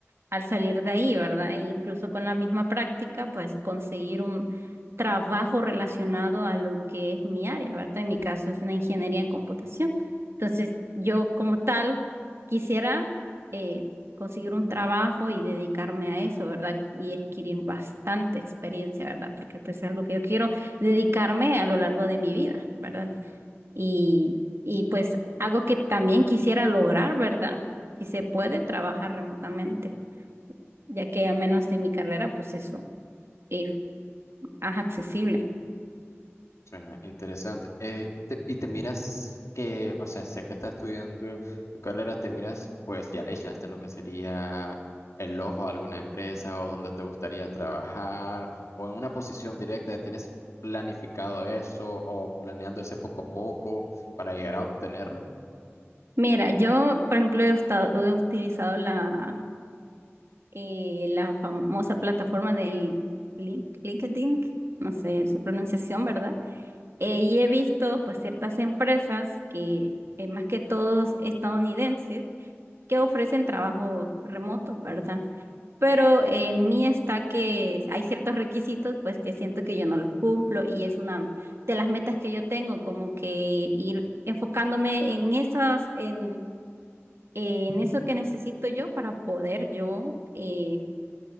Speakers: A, on the right (about 60°); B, on the left (about 80°).
A: al salir de ahí, ¿verdad? E incluso con la misma práctica, pues conseguir un trabajo relacionado a lo que es mi área, ¿verdad? En mi caso es una ingeniería en computación. Entonces, yo como tal quisiera eh, conseguir un trabajo y dedicarme a eso, ¿verdad? Y adquirir bastante experiencia, ¿verdad? Porque pues es algo que yo quiero dedicarme a lo largo de mi vida, ¿verdad? y, y pues algo que también quisiera lograr, ¿verdad? Si se puede trabajar remotamente, ya que al menos en mi carrera, pues eso eh, es accesible.
B: Suena interesante. Eh, y te, y te miras que, o sea, sé que estás estudiando tu carrera, te miras, pues ya le echaste lo que sería el ojo a alguna empresa o donde te gustaría trabajar o en una posición directa, ¿tienes planificado eso o planeando ese poco a poco para llegar a obtenerlo?
A: Mira, yo, por ejemplo, he, usta- he utilizado la, eh, la famosa plataforma del Link, LinkedIn, no sé su pronunciación, ¿verdad? Eh, y he visto, pues, ciertas empresas que, eh, más que todos estadounidenses, que ofrecen trabajo remoto, ¿verdad? pero en mí está que hay ciertos requisitos, pues que siento que yo no los cumplo y es una de las metas que yo tengo, como que ir enfocándome en esas, en, en eso que necesito yo para poder yo eh,